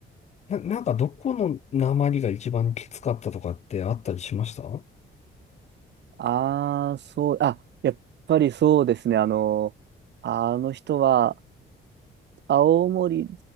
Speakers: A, on the left (about 35°); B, on the right (about 60°).
A: な、なんかどこの訛りが一番きつかったとかってあったりしました
B: ああ、そう、あ、やっぱりそうですね。あの、あの人は、青森